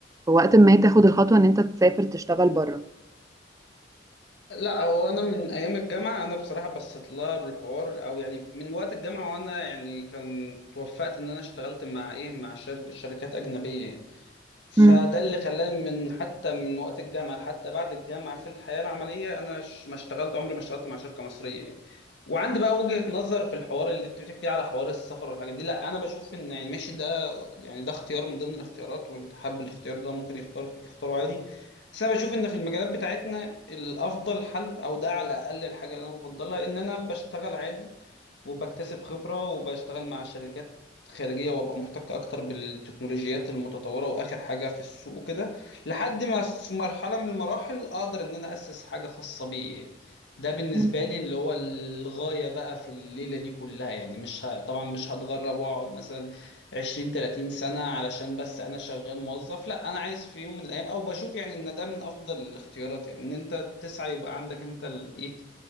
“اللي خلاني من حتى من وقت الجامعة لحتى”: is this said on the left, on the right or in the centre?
Left